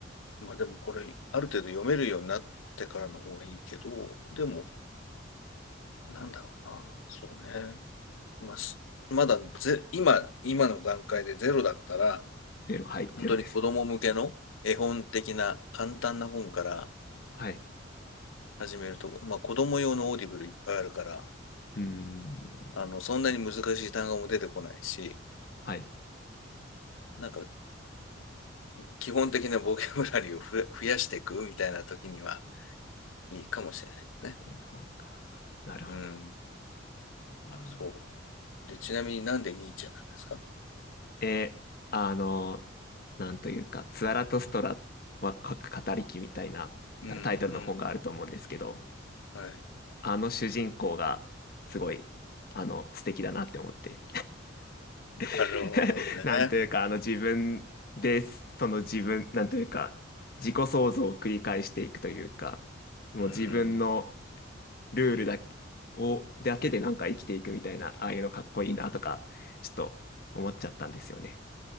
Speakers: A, on the left; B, on the left.
A: まあでもこれ、ある程度読めるようになってからの方がいいけど、でも、なんだろうな。そうね。まあ、すまだぜ、今、今の段階でゼロだったら、
B: ゼロ、はい、ゼロです。
A: 本当に子供向けの絵本的な簡単な本から
B: はい。
A: 始めると、まあ子供用のオーディブルいっぱいあるから、
B: うーん、
A: あの、そんなに難しい単語も出てこないし、
B: はい。
A: なんか、ん基本的なボキャブラリーをふ増やしていくみたいな時にはいいかもしれないね。
B: 絵本か。なるほど。
A: うん、
B: あ
A: そう。で、ちなみになんでニーチェなんですか
B: ーえ、あの、なんというか、ツアラとストラは書く語り木みたいなタタイトルの本があると思うんですけど、
A: うん、うん。はい。
B: あの主人公がすごい、あの、素敵だなって思って。
A: なるほどね。
B: <laughs> なんというか、あの自分で、その自分、なんというか、自己創造を繰り返していくというか、もう自分の
A: うん、うん。
B: ルールだけ、を、だけでなんか生きていくみたいな、ああいうのかっこいいなとか、ちょっと思っちゃったんですよね。